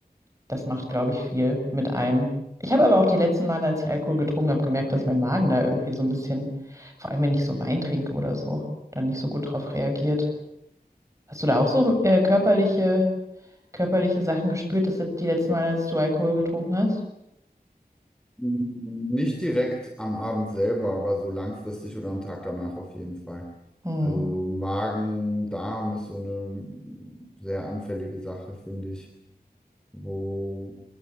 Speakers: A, on the right; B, in the centre.
A: das macht, glaube ich, viel mit einem. Ich habe aber auch die letzten Male, als ich Alkohol getrunken habe, gemerkt, dass mein Magen da irgendwie so ein bisschen, vor allem wenn ich so Wein trinke oder so, dann nicht so gut drauf reagiert. Hast du da auch so äh, körperliche, körperliche Sachen gespürt, das die letzten Male, als du Alkohol getrunken hast?
B: Nicht direkt am Abend selber, aber so langfristig oder am Tag danach auf jeden Fall.
A: Mhm.
B: Also Magen, Darm ist so eine sehr anfällige Sache, finde ich, wo